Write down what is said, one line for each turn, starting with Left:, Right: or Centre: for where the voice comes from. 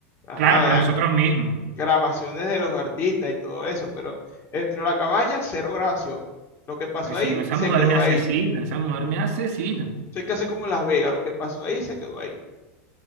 Left: ajá,
Right: Claro, pero
Left: la-
Right: nosotros mismos.
Left: grabaciones de los artistas y todo eso, pero dentro de la cabaña, cero grabación. Lo que pasó
Right: Así
Left: ahí,
Right: no, esa
Left: se
Right: mujer
Left: quedó
Right: me asesina,
Left: ahí.
Right: esa mujer me asesina.
Left: Eso hay que hacer como en Las Vegas, lo que pasó ahí, se quedó ahí.